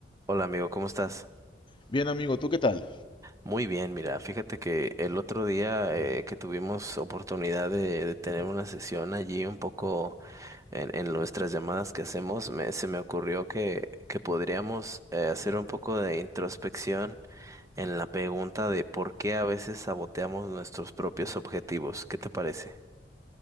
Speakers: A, on the right (about 20°); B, on the left (about 25°).
A: Hola amigo, ¿cómo estás?
B: Bien, amigo, ¿tú qué tal?
A: Muy bien, mira, fíjate que el otro día eh, que tuvimos oportunidad de, de tener una sesión allí un poco en, en nuestras llamadas que hacemos, me, se me ocurrió que, que podríamos eh, hacer un poco de introspección en la pregunta de por qué a veces saboteamos nuestros propios objetivos. ¿Qué te parece?